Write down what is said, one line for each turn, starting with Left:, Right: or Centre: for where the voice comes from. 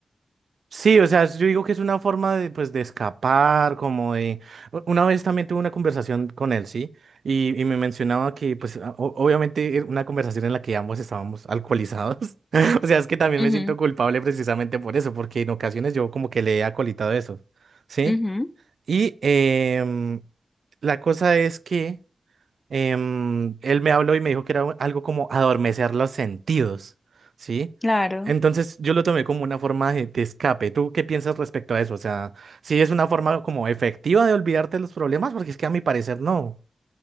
Right: Sí, o sea, yo digo que es una forma de, pues, de escapar, como de... u- Una vez también tuve una conversación con él, ¿sí? Y, y me mencionaba que, pues, a- o- obviamente era una conversación en la que ambos estábamos alcoholizados. <laughs> O sea, es que también
Left: Ujú,
Right: me siento culpable precisamente por eso, porque en ocasiones yo como que le he acolitado eso, ¿sí?
Left: ujú,
Right: Y em, la cosa es que em, él me habló y me dijo que era u- algo como adormecer los sentidos, ¿sí?
Left: claro.
Right: Entonces yo lo tomé como una forma de, de escape. ¿Tú qué piensas respecto a eso? O sea, si es una forma como efectiva de olvidarte de los problemas? Porque es que a mi parecer no.